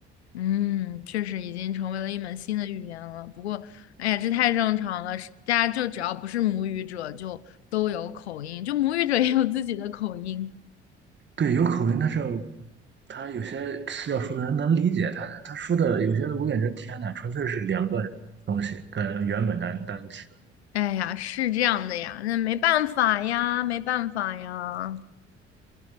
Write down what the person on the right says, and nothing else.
对，有口音，但是他有些词要说的人能理解，他他说的有些我感觉天呐，纯粹是两个东西跟原本单单词。